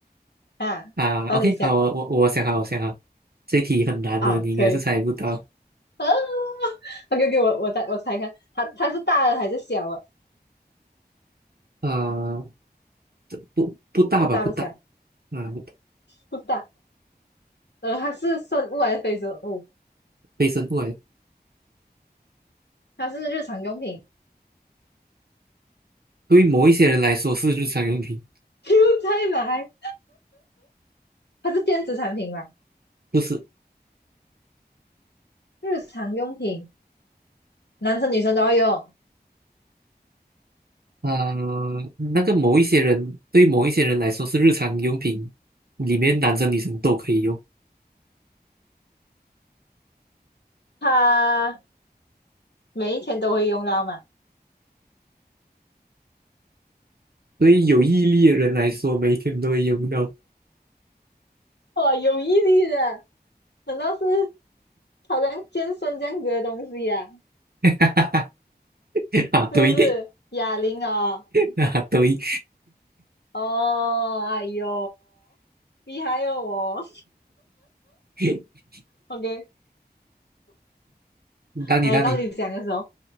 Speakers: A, on the left; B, on the right.
A: 啊，
B: 啊，OK，
A: 帮你想
B: 好，我我我想好，我想好，这题很难的，
A: 啊，
B: 你应该是猜不到。
A: 可以。啊，OK OK，我我猜我猜看，它它是大的还是小的？
B: 啊。不不大吧，
A: 不大不小，
B: 不大，啊，不大，
A: 不大。呃，它是生物还是非生物？
B: 卫生过来，
A: 它是日常用品。
B: 对某一些人来说是日常用品，
A: <laughs> 又再来，它是电子产品嘛？
B: 不是，
A: 日常用品，男生女生都要用。
B: 啊、那个某一些人对某一些人来说是日常用品，里面男生女生都可以用，
A: 它每一天都会用到嘛？
B: 对于有毅力的人来说，每天都会用到，
A: 哇，有毅力的，难道是好像健身这样子的东西呀、
B: <laughs> 啊，
A: 是不是？
B: 对，对，
A: 哑铃啊？
B: 啊，对，
A: 哦，哎呦，厉害哦我。
B: <laughs>
A: OK，
B: 到你，
A: 来到你讲的时候，
B: 到你，